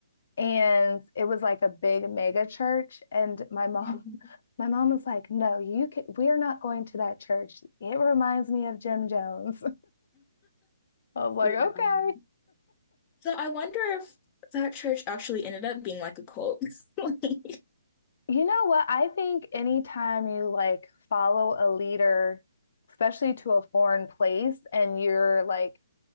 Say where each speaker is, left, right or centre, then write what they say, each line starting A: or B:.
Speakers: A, on the left; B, on the left.
A: and it was like a big mega church and my mom
B: Mhm.
A: <laughs> my mom was like, "No, you can, we're not going to that church. It reminds me of Jim Jones." <laughs> I was like,
B: Wow.
A: "Okay."
B: So I wonder if that church actually ended up being like a cult. <laughs> Like-
A: You know what? I think anytime you like follow a leader, especially to a foreign place and you're like